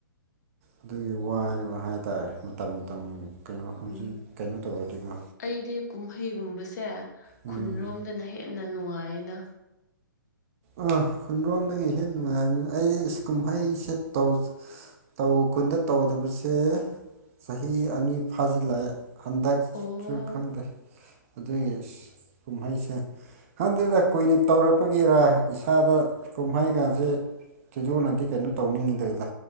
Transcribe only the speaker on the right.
ꯑꯗꯨꯒꯤ ꯋꯥꯏꯕ ꯍꯥꯏꯇꯥꯔꯦ ꯃꯇꯝ ꯃꯇꯝ ꯀꯩꯅꯣ ꯍꯧꯖꯤꯛ
ꯀꯩꯅꯣ ꯇꯧꯔꯗꯤꯀꯣ
ꯎꯝ
ꯑꯥ ꯈꯨꯟꯔꯣꯝꯗꯒꯤ ꯍꯦꯟꯅ ꯅꯨꯡꯉꯥꯏꯕꯅꯦ ꯑꯩ ꯀꯨꯝꯍꯩꯁꯦ ꯇꯧ ꯇꯧ ꯈꯨꯨꯟꯗ ꯇꯧꯗꯕꯁꯦ ꯆꯍꯤ ꯑꯅꯤ ꯐꯥꯖꯤꯜꯂꯛꯑꯦ ꯍꯥꯟꯗꯛꯁꯨ
ꯈꯪꯗꯦ ꯑꯗꯨꯒꯤ ꯀꯨꯝꯍꯩꯁꯦ ꯈꯪꯗꯦꯗ ꯀꯨꯏꯅ ꯇꯧꯔꯛꯄꯒꯤꯔꯥ ꯏꯁꯥꯗ ꯀꯨꯝꯍꯩ ꯒꯥꯁꯦ <unintelligible> <unintelligible> ꯇꯧꯅꯤꯡꯉꯤꯗꯕꯤꯗ